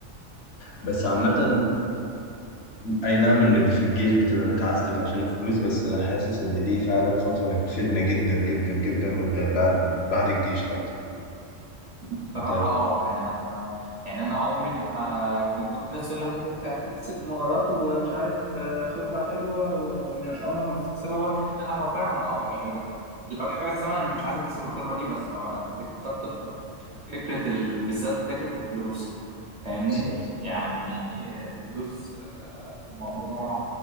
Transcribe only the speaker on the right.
بصراحه
اه يعني يعني انا عمري ما كان كل الناس تقول لك هتك- هتكتسب مهارات ومش عارف آه، خبره حلوه و- ومش عمرك ما هتكتسبها ولا لا هو فعلا اه يعني لو رجع بيا الزمن انا مش عايز اكتسب الخبره دي بس هو انت اكتسبت خبرات في فكره ال... بالذات فكره الفلوس فاهمني
يعني الفلوس آه، موضوع